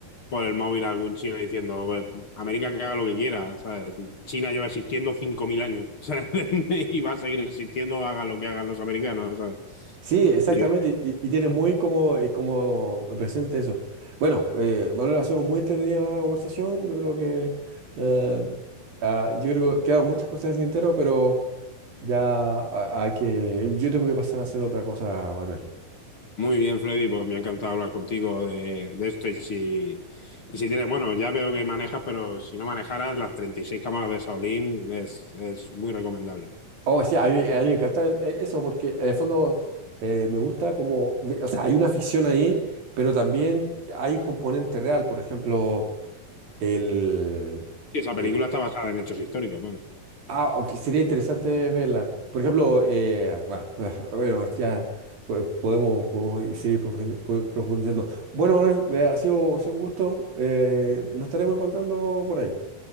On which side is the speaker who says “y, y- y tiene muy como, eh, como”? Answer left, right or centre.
Right